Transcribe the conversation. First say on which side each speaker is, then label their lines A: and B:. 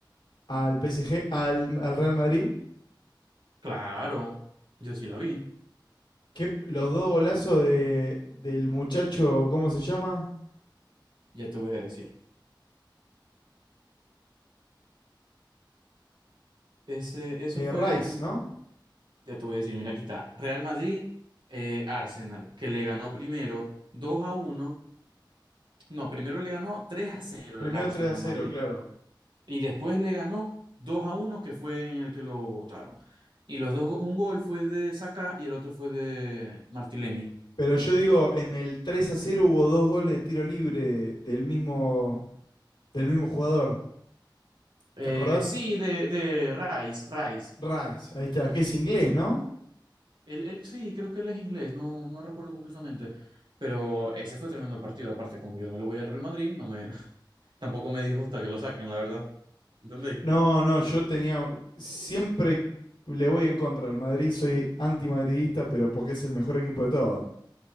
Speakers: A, on the left (about 85°); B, on the right (about 70°).
A: al PSG, al, al Real Madrid.
B: Claro, yo sí la vi.
A: Que los dos golazos de, del muchacho, ¿cómo se llama?
B: Ya te voy a decir. Ese, esos
A: Eh,
B: fueron,
A: Rice, ¿no?
B: ya te voy a decir, mira, aquí está. Real Madrid, eh, Arsenal, que le ganó primero 2 a uno No, primero le ganó 3 a cero
A: Primero
B: el Arsenal
A: tres a
B: al
A: cero
B: Madrid.
A: claro.
B: Y después le ganó 2 a uno que fue en el que lo votaron. Y los dos, un gol fue de Saka y el otro fue de Martileni.
A: Pero yo digo, en el 3 a cero hubo dos goles de tiro libre de- del mismo, del mismo jugador.
B: Eh,
A: ¿Te acordás?
B: sí, de, de Rice, Rice.
A: Rice, ahí está, que es inglés, ¿no?
B: Él, él sí, creo que él es inglés, no, no recuerdo completamente. Pero ese fue tremendo partido. Aparte, como yo no le voy al Real Madrid, no me, <laughs> tampoco me disgusta que lo saquen, la verdad. ¿Entendéis?
A: No, no, yo tenía. Siempre le voy en contra al Madrid, soy antimadridista, pero porque es el mejor equipo de todos.